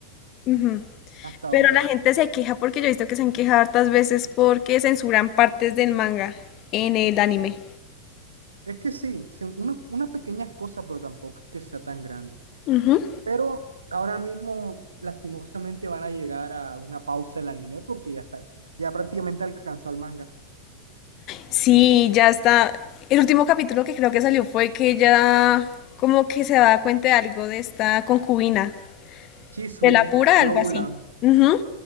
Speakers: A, on the left; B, on the right.
A: Ujú.
B: hasta ahora.
A: Pero la gente se queja porque yo he visto que se han quejado hartas veces porque censuran partes del manga en el anime.
B: Es que sí, son unas, unas pequeñas cosas, pero tampoco es que sea tan grande.
A: Ujú.
B: Pero ahora mismo, lastimosamente, van a llegar a una pausa el anime porque ya está, ya prácticamente alcanzó al manga.
A: Sí, ya está. El último capítulo que creo que salió fue que ella como que se da cuenta de algo de esta concubina,
B: Chisui,
A: de la pura,
B: Lowland.
A: algo así. Ujú,